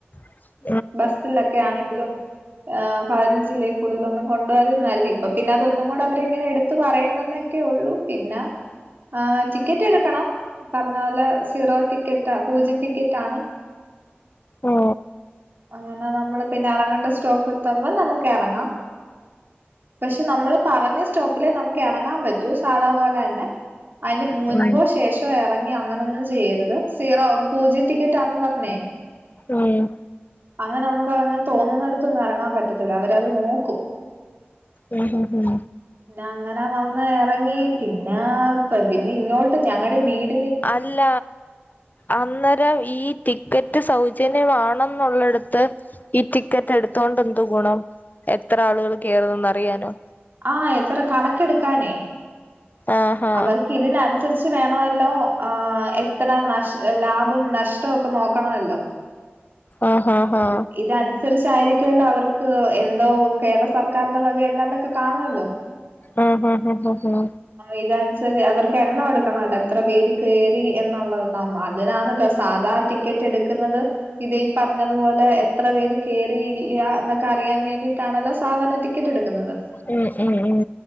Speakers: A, on the left (about 45°); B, on the right (about 55°).
A: ആ
B: ബസ്സിലൊക്കെ ആണെങ്കിലും ഹേ പതിനഞ്ചിലേകുടെ ലൊന്നും കൊണ്ടുവരരുത് എന്നായിരുന്നു ഇപ്പൊ പിന്നെ അതൊന്നും കൂടെ അവര്ങ്ങനെ എടുത്തു പറയുന്നന്നൊക്കെ ഒള്ളൂ പിന്നെ ആ ടിക്കറ്റ് എടുക്കണം പറഞ്ഞപോലെ സീറോ ടിക്കറ്റ് പൂജ്യം ടിക്കറ്റ് ആണ്
A: അ ആ
B: അങ്ങനെ നമ്മള് പിന്നെ എറങ്ങേണ്ട സ്റ്റോപ്പ് എത്തുമ്പോ നമുക്ക് ഇറങ്ങാം പക്ഷെ നമ്മൾ പറഞ്ഞ സ്റ്റോപ്പിലേ നമുക്ക് ഇറങ്ങാൻ പറ്റൂ സാധാ പോലെ തന്നെ അതിന് മുൻമ്പോ
A: ഉം
B: ശേഷോ ഇറങ്ങി അങ്ങനൊന്നും ചെയ്യരുത് സീറോ പൂജിം ടിക്കറ്റ്ന്നെന്നും പറഞ്ഞേ
A: ഉം
B: അങ്ങനെ നമുക്ക്ങ്ങനെ തോന്നുന്നടുത്തൊന്നും ഇറങ്ങാൻ പറ്റത്തില്ല അവരത് നോക്കും
A: ഹ് ഹ് ഹ്
B: പിന്നേ അങ്ങനെ വന്ന് ഇറങ്ങി പിന്നെ പിന്നെ ഇങ്ങോട്ട് ഞങ്ങള്ടെ വീട്
A: അല്ല അന്നേരം ഈ ടിക്കറ്റ് സൗജന്യമാണെന്നുള്ളടുത്ത് ഈ ടിക്കറ്റ് എടുത്തോണ്ട് എന്തു ഗുണം എത്ര ആളുകൾ കേറുന്നത് അറിയാനോ
B: ആ എത്ര കണക്കെടുക്കാനേ
A: ആഹാ
B: അവർക്ക് ഇതിന അനുസരിച്ച് വേണമല്ലോ ആ എത്ര ന ലാഭം നഷ്ടവും ഒക്കെ നോക്കണല്ലോ
A: ആഹാ
B: അപ്പം
A: ഹാ
B: ഇത് അനുസരിച്ചായിരിക്കുമല്ലോ അവർ എന്തോ കേരള സർക്കാറിന്റെ വക എന്താണ്ടൊക്കെ കാണുമല്ലോ
A: ഹ് ഹ് ഹ് ഹ് ഹ്
B: ഇതനുസരിച്ച് അവർക്ക് എണ്ണം എടുക്കണല്ലോ എത്ര പേര് കേറി എന്നുള്ളത് ന അതിനാണല്ലോ സാധാ ടിക്കറ്റ് എടുക്കുന്നത് ഇത് ഈ പറഞ്ഞതുപോലെ എത്ര പേര് കേറി ഇല്ല എന്നൊക്കെ അറിയാൻ വേണ്ടിയിട്ടാണല്ലോ സാധാരണ ടിക്കറ്റ് എടുക്കുന്നത്
A: ഉം ഉം ഉം